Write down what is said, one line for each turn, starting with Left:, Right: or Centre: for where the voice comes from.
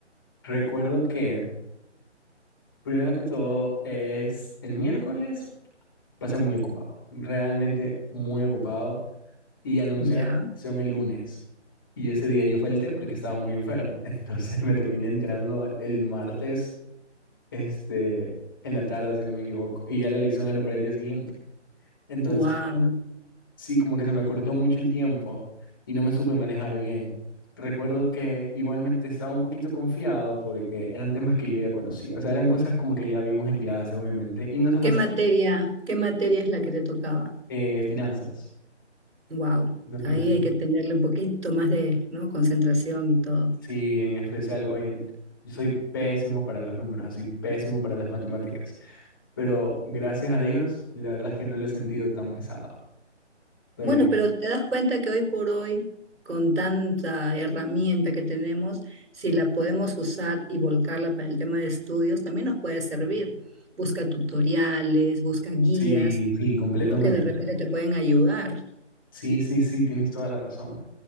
Left: recuerdo que, primero que todo, es el miércoles, pasé muy ocupado, realmente muy ocupado. y anunciaron
Right: Ya,
Left: la elección el lunes. Y ese día yo falté porque estaba muy enfermo. <laughs> Entonces me terminé entrando el martes, este, en la tarde, si no me equivoco. Y ya la elección era para el día siguiente. Entonces,
Right: wow.
Left: sí, como que se me cortó mucho el tiempo y no me supe manejar bien. Recuerdo que igualmente estaba un poquito confiado porque eran temas que yo ya conocía. O sea, eran cosas como que ya vimos en clase, obviamente. Y no se me
Right: ¿Qué
Left: hacían,
Right: materia, qué materia es la que te tocaba?
Left: eh, finanzas.
Right: Wow.
Left: No finanzas.
Right: Ahí hay que tenerle un poquito más de, ¿no? concentración y todo.
Left: Sí, en especial hoy en... Yo soy pésimo para los números, soy pésimo para las matemáticas, pero gracias a Dios, la verdad es que no lo he sentido tan pesado. Estoy...
Right: Bueno, pero te das cuenta que hoy por hoy, con tanta herramienta que tenemos, si la podemos usar y volcarla para el tema de estudios, también nos puede servir. Busca tutoriales, busca guías,
Left: Sí, sí, completamente.
Right: ¿no? Que de repente te pueden ayudar.
Left: Sí, sí, sí, tienes toda la razón.